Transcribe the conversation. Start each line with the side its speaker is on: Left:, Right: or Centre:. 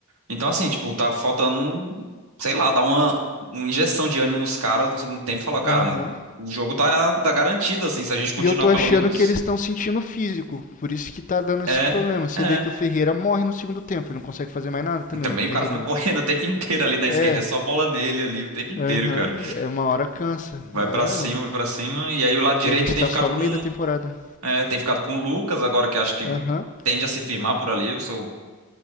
Right: Então, assim, tipo, tá faltando, um- sei lá, dar uma, uma injeção de ânimo nos caras no segundo tempo e falar, cara,
Left: Aham.
Right: não- o jogo tá, tá garantido, assim, se a gente continuar
Left: E eu tô
Right: pelo
Left: achando
Right: menos.
Left: que eles estão sentindo o físico, por isso que tá dando esse
Right: É.
Left: problema. Você
Right: É.
Left: vê que o Ferreira morre no segundo tempo, ele não consegue fazer mais nada também,
Right: Também
Left: o
Right: o
Left: Ferreirinha.
Right: cara fica <laughs> correndo o tempo inteiro ali na
Left: É,
Right: esquerda, é só bola nele ali o tempo inteiro,
Left: aham,
Right: cara.
Left: é uma hora cansa.
Right: Vai
Left: É,
Right: pra cima, vai pra cima. E aí o lado direito
Left: e a gente
Right: tem
Left: tá
Right: ficado
Left: só no
Right: com,
Left: meio da temporada, né?
Right: é, tem ficado com o Lucas agora, que acho que
Left: Aham.
Right: tende a se firmar por ali. Eu sou,